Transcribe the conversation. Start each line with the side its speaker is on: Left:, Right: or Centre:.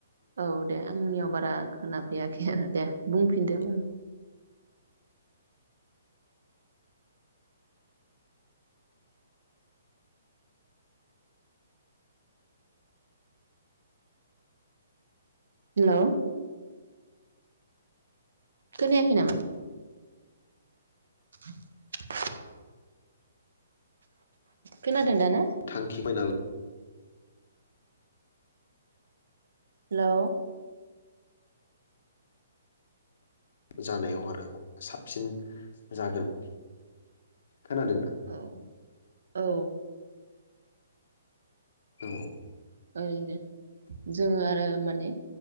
Right: औ दे। आंनियाव बारा खोनाफैयाखै आरो दे बुंफिनदो ओमबाबो। हेलौ। खोनायाखै नामा? <inaudible> खोनादों दा ना?
Left: थांखिबायना
Right: हेलौ।
Left: जानायाव आरो <unintelligible> साबसिन जागोन। खोनादों दा?
Right: औ औ।
Left: औ।
Right: ओरैनो जोङो आरो मा ने